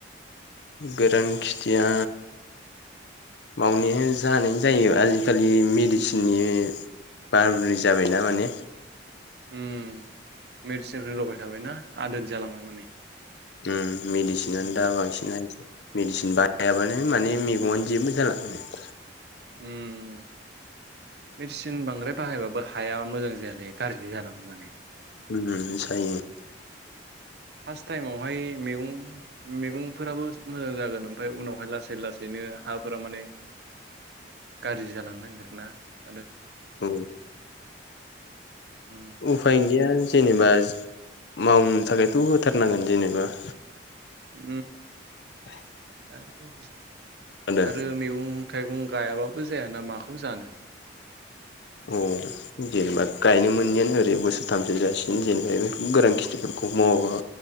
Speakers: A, on the left (about 65°); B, on the right (about 55°).
A: गोरान खिथिया मावनाया जानाय जायो आजिखालि मेडिसिननि बाहादुरि जाबायना माने।
B: ओम मेडिसिन होदावबाय थाबायना आदोद जालांबाय माने।
A: ओम मेडिसिनानो
B: उम
A: दा बांसिन होयोसै। मेडिसिन बायाबानो माने मैगंआनो जेबो जाला माने।
B: ओम मेडिसिन बांद्राय बाहायबाबो हाया मोजां जायालै गाज्रि जालाङो माने
A: ओम ओम सायो
B: फास टाइमावहाय मैगं मेगंफोराबो मोजां जागोन ओमफ्राय उनावहाय लासै लासैनो हाफोरा माने गाज्रि जालांनो नांगिरोना आरो
A: औ
B: उम
A: उफाय गैया जेनेबा मावनो थाखायथ' होथारनांगोन जेनेबा
B: उम
A: <inaudible>
B: <unintelligible>
A: आदा
B: आरो मैगं थाइगं गायाबाबो जायाना माखौ जानो
A: औ जेनेबा गायनो मोननायानो ओरै बोसोरथामसो जासिगोन जेनेबा बे गोरान खेथिफोरखौ मवाबा